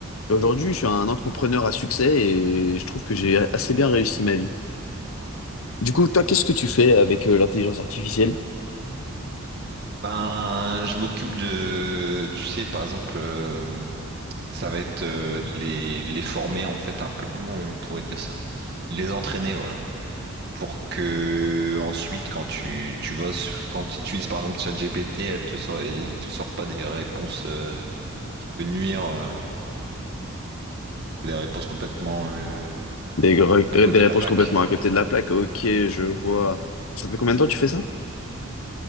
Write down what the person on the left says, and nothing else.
Et Aujourd'hui, je suis un entrepreneur à succès et je trouve que j'ai assez bien réussi ma vie. Du coup, toi, qu'est-ce que tu fais avec euh, l'intelligence artificielle?
Des, gre-
euh,
des réponses
complètement à côté de la plaque. Ok, je vois. Ça fait combien de temps que tu fais ça?